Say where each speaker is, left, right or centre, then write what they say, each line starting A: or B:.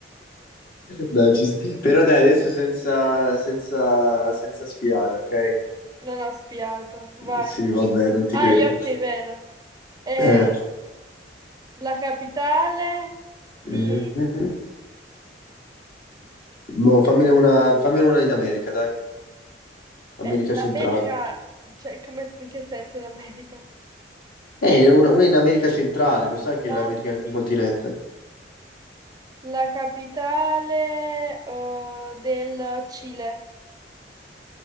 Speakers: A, on the left; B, on the right.
A: Dai, ci sta. Però dai, adesso senza, senza, senza spiare, ok?
B: non ho spiato, vai.
A: Sì, vabbè, non ti
B: Ah,
A: credo.
B: Iotti, è vero. Eh,
A: Eh.
B: la capitale di...
A: Mm. Boh, fammine una, fammine una in America, dai. America
B: Eh,
A: centrale.
B: l'America, cioè, come, in che senso in America?
A: Eh, una, una in America centrale, lo sai che l'America
B: Ah,
A: è anche un continente.
B: la capitale, eh, del Cile.